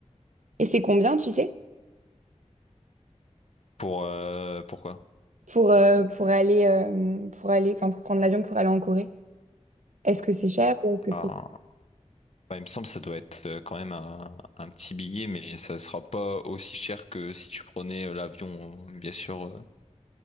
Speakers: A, on the right; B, on the left.
A: Et c'est combien, tu sais,
B: Pour, euh, pourquoi?
A: pour, euh, pour aller, euh, pour aller, enfin, pour prendre l'avion pour aller en Corée? Est-ce que c'est cher ou est-ce que
B: Alors,
A: c'est...
B: bah, il me semble que ça doit être euh, quand même un, un petit billet, mais ça sera pas aussi cher que si tu prenais euh, l'avion, bien sûr. euh.